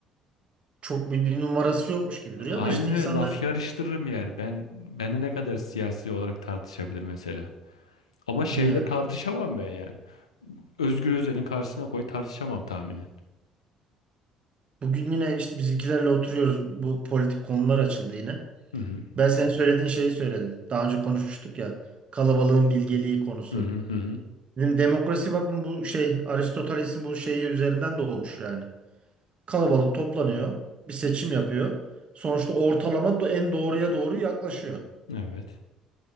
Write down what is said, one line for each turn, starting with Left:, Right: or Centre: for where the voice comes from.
Right: Çok bir, bir numarası yokmuş gibi
Left: Aynen
Right: duruyor ama işte insanlar
Left: öyle laf yarıştırırım yani. Ben beni ne kadar siyasi olarak tartışabilir mesela. Ama şeyle
Right: yani
Left: tartışamam ben yani. Özgür Özel'in karşısına koy tartışamam tahminen.
Right: Bugün yine işte bizimkilerle oturuyoruz. Bu politik konular açıldı yine.
Left: Hı hı.
Right: Ben senin söylediğin şeyi söyledim. Daha önce konuşmuştuk ya. Kalabalığın bilgeliği konusu.
Left: Hı hı hı hı.
Right: Dedim demokrasi bakın bu şey Aristoteles'in bu şeyi üzerinden doğmuş yani. Kalabalık toplanıyor. Bir seçim yapıyor. Sonuçta ortalama do- en doğruya doğru yaklaşıyor.
Left: Evet.